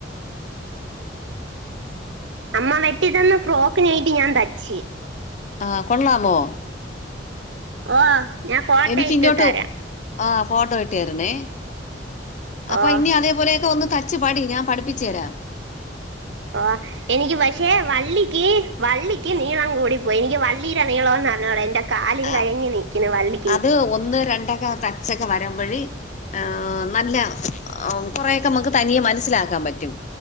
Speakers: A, on the right; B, on the left.
A: അമ്മ വെട്ടി തന്ന ഫ്രോക്ക് ഞയിട്ടി ഞാൻ തച്ചി.
B: ആ കൊള്ളാമോ?
A: ഓ ആ ഞാൻ ഫോട്ടോ
B: എനിക്ക്
A: ഇട്ടു
B: ഇങ്ങോട്ട്
A: തരാ.
B: ആ ഫോട്ടോ ഇട്ട് തരണേ. അപ്പൊ
A: ഓഹ്
B: ഇന്നി അതേപോലെയൊക്കെ ഒന്ന് കച് പാടി ഞാൻ പഠിപ്പിച്ചു എരാ
A: ഓ എനിക്ക് പക്ഷേ വള്ളിക്കി വള്ളിക്കി നീളംകൂടി പൊ എനിക്ക് വള്ളിടെ നീളൊന്നും അറിഞ്ഞൂടാ എന്റെറ കാലും
B: ആ
A: കഴിഞ്ഞി നിക്ക്ന് വള്ളി
B: അത് ഒന്ന് ര ണ്ടൊക്ക തൻചൊക്കെ വരമ്പോഴി ഏ നല്ല ഒ കൊറേക്കെ മക്ക് തനിയെ മനസിലാക്കാൻ പറ്റും